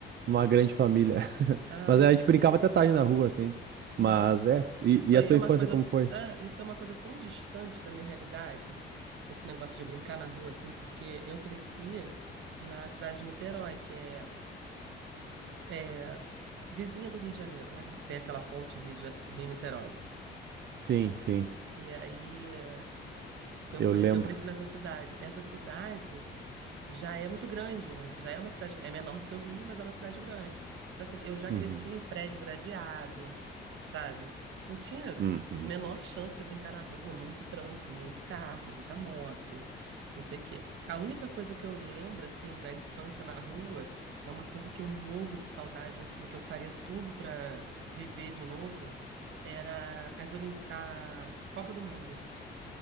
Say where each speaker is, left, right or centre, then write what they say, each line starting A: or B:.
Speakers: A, on the right (about 55°); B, on the right (about 75°).
A: uma grande família. <laughs>
B: Ah,
A: Mas aí a gente brincava até tarde na rua, assim. Mas
B: nossa,
A: é. E,
B: isso
A: e
B: aí
A: a tua
B: é
A: infância,
B: uma coisa,
A: como foi?
B: ah, isso é uma coisa tão distante da minha realidade, esse negócio de brincar na rua assim, porque eu cresci na cidade de Niterói, que é, é vizinha do Rio de Janeiro, né? Tem aquela ponte Rio de Jane- Rio-Niterói.
A: Sim, sim,
B: E aí eh, eu,
A: eu
B: cre-
A: lembro.
B: eu cresci nessa cidade. Essa cidade já é muito grande, né? Já é uma cidade, é menor do que o Rio, mas é uma cidade grande. Então, assim, eu já
A: Uhum,
B: cresci em prédio gradeado, sabe? Não tinha
A: uhum.
B: menor chance de brincar na rua, muito trânsito, muito carro, muita moto, não sei o quê. A única coisa que eu lembro, assim, da infância na rua é uma coisa que eu morro de saudade, assim, que eu faria tudo para viver de novo, era as Olim... a Copa do Mundo.